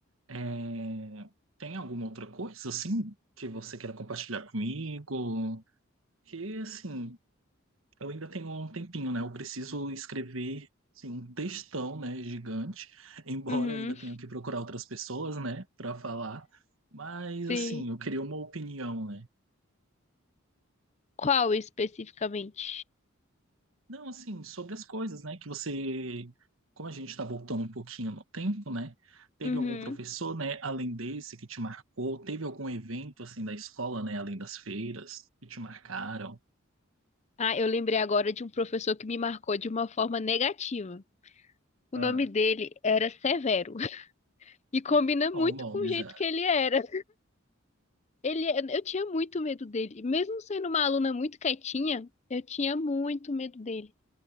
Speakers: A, on the right; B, on the left.
A: É, tem alguma outra coisa, assim, que você queira compartilhar comigo? Que, assim, eu ainda tenho um tempinho, né? Eu preciso escrever assim, um textão, né, gigante, <laughs> embora
B: Uhum,
A: eu ainda tenha que procurar outras pessoas, né, para falar. Mas
B: sim.
A: assim, eu queria uma opinião, né?
B: Qual especificamente?
A: Não, assim, sobre as coisas, né, que você, como a gente está voltando um pouquinho no tempo, né? Teve
B: Uhum.
A: algum professor, né, além desse que te marcou? Teve algum evento assim da escola, né, além das feiras que te marcaram?
B: Ah, eu lembrei agora de um professor que me marcou de uma forma negativa. O
A: Ah,
B: nome dele era Severo <laughs> e combina muito
A: ó, o nome
B: com o jeito
A: já.
B: que ele era. Ele, eu tinha muito medo dele. E Mesmo sendo uma aluna muito quietinha, eu tinha muito medo dele.